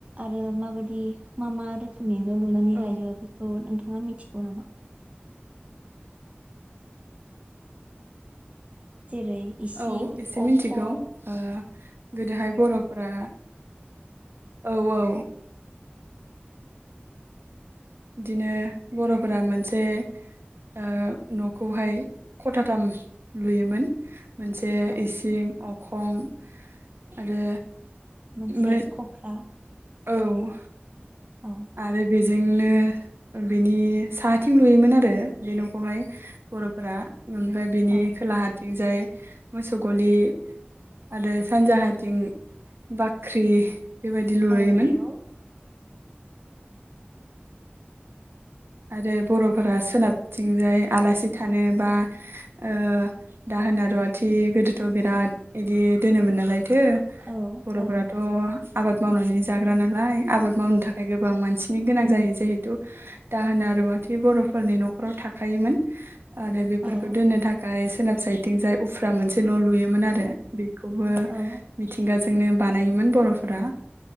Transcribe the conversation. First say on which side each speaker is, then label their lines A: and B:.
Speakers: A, on the right (about 35°); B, on the right (about 70°).
A: आरो माबायदि मा मा रोखोमनि न लुनानै
B: औ
A: लायो बेखौ नोंथां थाङा मिथिगौ नामा? जेरै इसिं
B: औ एसे
A: अखं।
B: मिथिगौ ओ गोदोहाय बर'फोरा औ औ। बिदिनो बर'फोरा मोनसे ओ न'खौहाय खथाथाम लुयोमोन। मोनसे
A: औ
B: इसिं अ खं आरो
A: मोनसे
B: मो
A: खफ्रा
B: औ
A: औ
B: आरो बे जोंनो, बेनि साहाथिं लुयोमोन आरो बे न'खौहाय बर'फोरा। ओमफ्राय बिनि
A: औ
B: खोलाहाथिंजाय। मोसौ गलि आरो सानजाहाथिं बाख्रि। बेबायदि लुरुयोमोन।
A: औ नंगौ
B: आरो बर'फोरा सोनाबथिंजाय आलासि थानो बा, ओ दाहोना रुवाथि गोदोथ' बिराद बिदि दोनोमोन नालाय। थो
A: औ
B: बर'फोराथ'
A: औ
B: आबाद मावनानै जाग्रा नालाय आबाद मावनो थाखाय गोबां मानसिनि गोनां जायो जिहेथु दाहोना रुवाथि बर'फोरनि न'खराव थाखायोमोन। आरो बेफोरखौ
A: औ
B: दोननो थाखाय सोनाब साइतथिं जाय उफ्रा मोनसे न'लुयोमोन आरो बे खौबो
A: औ
B: मिथिंगाज जोंनो बानायोमोन बर'फोरा